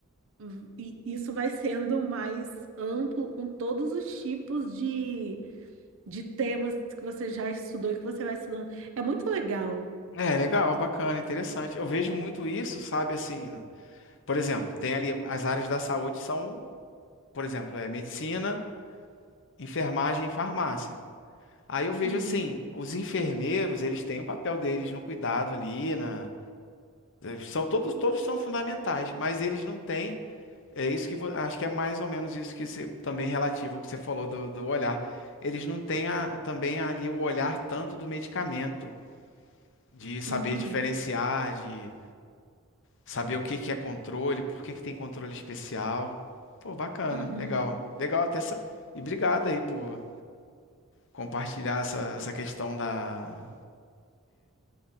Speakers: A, on the right; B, on the left.
A: Hum, E isso vai sendo mais amplo com todos os tipos de, de temas que você já estudou e que você vai estudando. É muito legal.
B: É legal, bacana, interessante. Eu vejo muito isso, sabe, assim, por exemplo, tem ali as áreas da saúde são, por exemplo, é medicina, enfermagem e farmácia. Aí eu vejo
A: Uhum,
B: assim, os enfermeiros, eles têm o papel deles no cuidado ali, na, são todos todos são fundamentais, mas eles não têm, é isso que vo- acho que é mais ou menos isso que você, também relativo ao que você falou do, do olhar. Eles não têm a, também ali o olhar tanto do medicamento. de saber
A: uhum,
B: diferenciar, de saber o que que é controle, por que que tem controle especial. Pô, bacana,
A: uhum,
B: legal. Legal até essa. E obrigado aí por compartilhar essa, essa questão da,